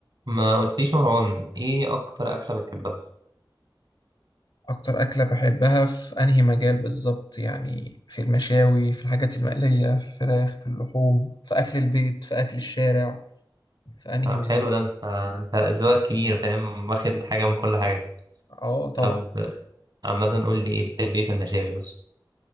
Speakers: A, on the right; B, on the left.
A: ما قلتليش يا مروان ايه اكتر اكله بتحبها
B: أكتر أكلة بحبها في أنهي مجال بالظبط يعني في المشاوي في الحاجات المقلية في الفراخ في اللحوم في أكل البيت في أكل الشارع في أنهي
A: آه،
B: بالظبط
A: حلو ده انت انت ذوقك كبير فاهم واخد حاجه من كل حاجه
B: أه طبعا
A: طب آه، عامه قول لي ايه بتحب ايه في المشاوي مثلا